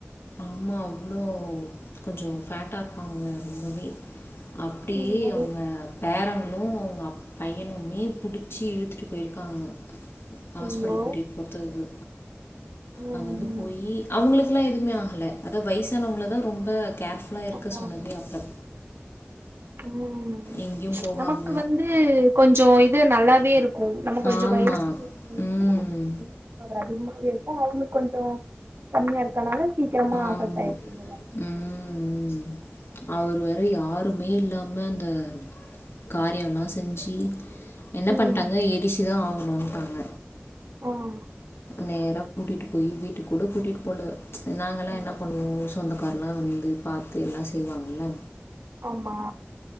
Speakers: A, on the left (about 80°); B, on the right (about 80°).
A: ஆமா அவ்ளோ கொஞ்சோ ஃபேட்டா இருப்பாங்க ரொம்பவே அப்டியே
B: ம் அது
A: அவுங்க பேரங்களு அவங்க அப் பையனுமே புடிச்சு இழுத்துட்டு போயிருக்காங்க ஹாஸ்பிட்டல்
B: ஐயோ
A: கூட்டிட்டு போற்துக்கு
B: ம்
A: அங்க வந்து
B: ம்
A: போயி அவங்களுகெல்லா எதுவுமே ஆகல அத வயசானவங்களதா ரொம்ப கேர்ஃபுல்லா இருக்க
B: அதான்
A: சொன்னதே அப்ப
B: ம்
A: எங்கேயும் போகாம.
B: நமக்கு வந்து கொஞ்சோ இது நல்லாவே இருக் கு நம்ம கொஞ்சோ
A: ஆமா.
B: வயசுக்கு நம்ம
A: ம்.
B: இமியூன்டி பவர் அதிகமா இருக்கு அவங்களுக்கு கொஞ்சோ கம்மியா இருக்கனால சீக்கிரமா
A: ஆமா.
B: அஃபக் ஆயிடுச்சு போல
A: ம். அவர் வேற யாருமே இல்லாம அந்த காரியல்லா செஞ்சு என்ன
B: ம்
A: பண்ணிட்டாங்க எரிச்சுதா ஆகணுன்டாங்க
B: ஆஹ
A: நேரா கூட்டிட்டு போயி வீட்டுக் கூட கூட்டிட் போல நாங்கல்லா
B: ஆ
A: என்ன பண்ணுவோ சொந்தக்காரல்லா வந்து பாத்து எல்லா செய்வாங்கல்ல
B: ஆமா